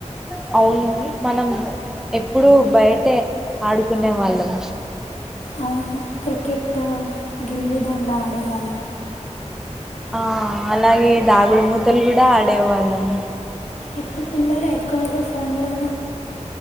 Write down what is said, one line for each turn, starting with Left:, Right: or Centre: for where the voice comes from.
Centre: అ <inaudible> అవును మనం ఎప్పుడూ బయటే ఆడుకునే వాళ్ళం
Left: అవును క్రికెట్ గిల్లిదండ ఆడేవాళ్ళం
Centre: ఆ అలాగే దాగుడుమూతలు కూడా ఆడేవాళ్ళం
Left: ఇప్పుడు పిల్లలు ఎక్కువగా ఫోన్లో